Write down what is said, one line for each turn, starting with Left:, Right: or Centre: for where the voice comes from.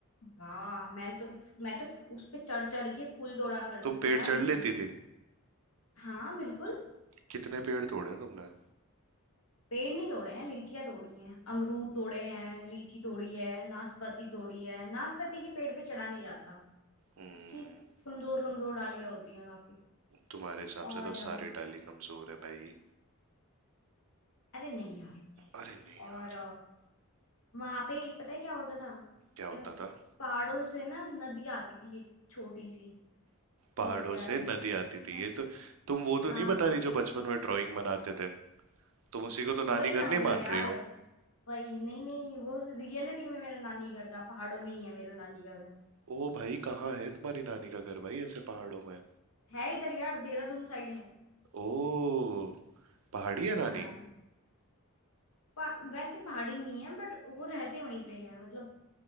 Left: वाह मैं तो मैं तो उस पे चढ़ चढ़ के फूल तोड़ा करती
Right: तुम
Left: थी
Right: पेड़
Left: यार
Right: चढ़
Left: लीची
Right: लेती थी
Left: हाँ बिल्कुल
Right: कितने पेड़ तोड़े हैं तुमने
Left: पेड़ नहीं तोड़े हैं लीचियां तोड़ी हैं अमरूद तोड़े हैं लीची तोड़ी है नाशपाती तोड़ी है नाशपाती के पेड़ पे चढ़ा नहीं जाता
Right: हम्म
Left: उसकी कमजोर कमजोर डालियां होती हैं काफी
Right: तुम्हारे हिसाब
Left: और
Right: से तो
Left: अ,
Right: सारी डाली कमजोर है भाई
Left: अरे नहीं यार
Right: अरे नहीं
Left: और
Right: यार
Left: वहां पे पता है क्या होता था
Right: क्या होता
Left: अ,
Right: था
Left: पहाड़ों से ना नदी आती थी एक छोटी सी
Right: पहाड़ों
Left: बहुत प्यारी
Right: से नदी आती
Left: मैं
Right: थी ये तो तुम वो
Left: हाँ
Right: तो नहीं बता रही जो बचपन में ड्राइंग बनाते थे तुम उसी को तो नानी
Left: वही
Right: घर
Left: समझ
Right: नहीं
Left: लो
Right: मान
Left: यार
Right: रही हो
Left: वही नहीं नहीं वो रियलिटी में मेरा नानी घर था पहाड़ों में ही है मेरा नानी का घर
Right: ओ भाई कहाँ है तुम्हारी नानी का घर भाई ऐसे पहाड़ों में
Left: है इधर यार देहरादून साइड है
Right: ओ पहाड़ी है
Left: हाँ
Right: नानी
Left: पा, वैसे पहाड़ी नहीं है बट वो रहते वहीं पे है मतलब